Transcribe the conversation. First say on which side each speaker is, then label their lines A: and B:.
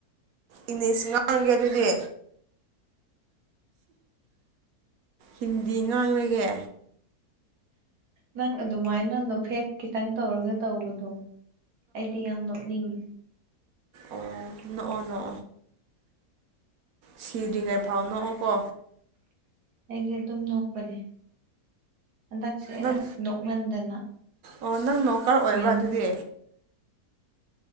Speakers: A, on the right; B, on the right.
A: ꯏꯪꯂꯤꯁ ꯉꯥꯡꯔꯒꯦ ꯑꯗꯨꯗꯤ ꯍꯤꯟꯗꯤ ꯉꯥꯡꯅꯒꯦ
B: ꯅꯪ ꯑꯗꯨꯃꯥꯏꯅ ꯅꯣꯐꯦꯛ ꯈꯤꯇꯪ ꯇꯧꯔꯒ ꯇꯧꯕꯗꯣ ꯑꯩꯗꯤ ꯌꯥꯝ ꯅꯣꯛꯅꯤꯡꯉꯤ
A: ꯑꯣ ꯅꯣ ꯅꯣ ꯁꯤꯗ꯭ꯔꯤꯉꯩ ꯐꯥꯎ ꯅꯣꯛꯑꯣꯀꯣ
B: ꯑꯩꯁ ꯑꯗꯨꯝ ꯅꯣꯛꯄꯅꯤ ꯍꯟꯗꯛꯁꯦ
A: ꯅꯪ
B: ꯑꯁ ꯅꯣꯛꯃꯟꯗꯅ
A: ꯑꯣ ꯅꯪ ꯅꯣꯀꯔ ꯑꯣꯏꯕ꯭ꯔꯥ
B: ꯐꯥꯏꯟ
A: ꯑꯗꯨꯗꯤ